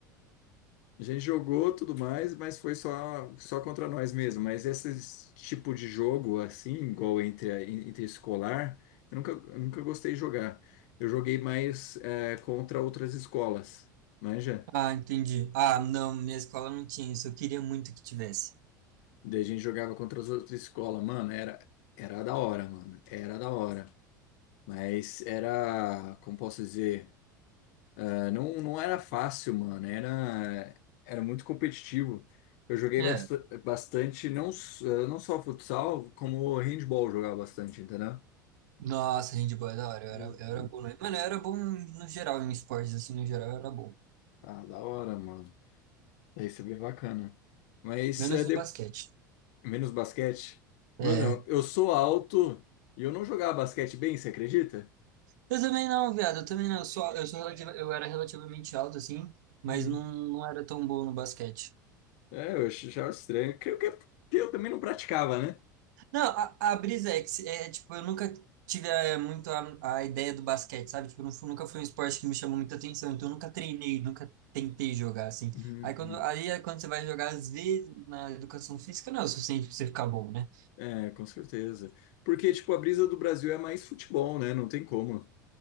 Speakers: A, on the left; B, on the right.
A: a gente jogou tudo mais, mas foi só, só contra nós mesmo. Mas esse tipo de jogo, assim, igual entre, a- entre escolar, eu nunca, eu nunca gostei de jogar. Eu joguei mais é, contra outras escolas, manja?
B: Ah, entendi. Ah, não, minha escola não tinha isso. Eu queria muito que tivesse.
A: Daí a gente jogava contra as outras escolas. Mano, era, era da hora, mano. Era da hora. Mas era, como posso dizer? Ah, não, não era fácil, mano. Era, era muito competitivo. Eu joguei
B: É.
A: basta- bastante, não, s- ah, não só futsal, como handball eu jogava bastante, entendeu?
B: Nossa, handball é da hora. Eu
A: Uhum.
B: era, eu era bom. no- Mano, eu era bom no geral, em esportes, assim, no geral, eu era bom.
A: Ah, da hora, mano. Isso é bem bacana. Mas
B: Menos
A: é de-
B: no basquete.
A: menos basquete. Mano,
B: É.
A: eu sou alto e eu não jogava basquete bem, você acredita?
B: Eu também não, viado. Eu também não. Eu sou, eu sou relativa- eu era relativamente alto, assim, mas
A: Hum.
B: não, não era tão bom no basquete.
A: É, eu achava estranho. Creio que é porque eu também não praticava, né?
B: Não, a, a brisa é que, se- é, é, tipo, eu nunca tive é, muito a, a ideia do basquete, sabe? Tipo, não fu- nunca foi um esporte que me chamou muita atenção, então eu nunca treinei, nunca tentei jogar, assim.
A: Uhum.
B: Aí quando, aí é quando você vai jogar, às vezes, na educação física, não é o suficiente pra você ficar bom, né?
A: É, com certeza. Porque, tipo, a brisa do Brasil é mais futebol, né? Não tem como. Não